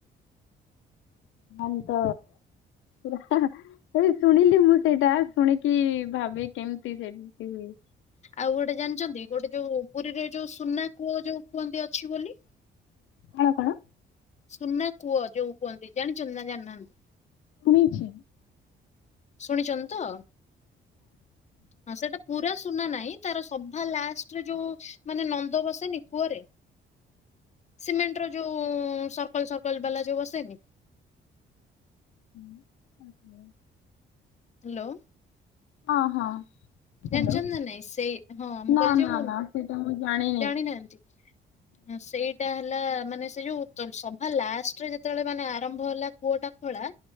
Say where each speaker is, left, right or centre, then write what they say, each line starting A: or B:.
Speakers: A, on the left; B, on the left.
A: ମ ତ ହଁ ହଁ। ଏଇ ଶୁଣିଲି ମୁଁ ସେଇଟା ଶୁଣିକି ଭାବେ କେମିତି ସେ ହୁଏ।
B: ଆଉ ଗୋଟେ ଜାଣିଛନ୍ତି ଗୋଟେ ଯୋଉ ପୁରୀରେ ଯୋଉ ସୁନା କୂଅ ଯୋଉ କୁହନ୍ତି ଅଛି ବୋଲି।
A: କଣ କଣ?
B: ସୁନା କୂଅ ଯୋଉ କୁହନ୍ତି ଜାଣିଛନ୍ତି ନା ଜାଣିନାହାନ୍ତି।
A: ଶୁଣିଛି।
B: ଶୁଣିଛନ୍ତି ତ। ହଁ ସେଇଟା ପୁରା ସୁନା ନାହିଁ ତାର ସଭା ଲାଷ୍ଟରେ ଯୋଉ ମାନେ ନନ୍ଦ ବସେନି କୂଅରେ ସିମେଣ୍ଟ ର ଯୋଉ ସର୍କଲ ସର୍କଲ ବାଲା ଯୋଉ ବସେନି।
A: <unintelligible>
B: ହ୍ୟାଲୋ।
A: ହଁ ହଁ। ହ୍ୟାଲୋ।
B: ଜାଣିଛନ୍ତି ନା ନାଇଁ ସେଇ ହଁ ମୁଁ
A: ନା
B: କହିଲି ଯୋଉ
A: ନା ନା ସେଇଟା ମୁଁ ଜାଣି
B: ଜାଣିନାହାନ୍ତି ସେଇ ସେଟା ହେଲା ମାନେ ସେ ଯୋଉ ତ ସଭା ଲାଷ୍ଟରେ ଯେତେବେଳେ ମାନେ ଆରମ୍ଭ ହେଲା କୂଅଟା ଖୋଳା।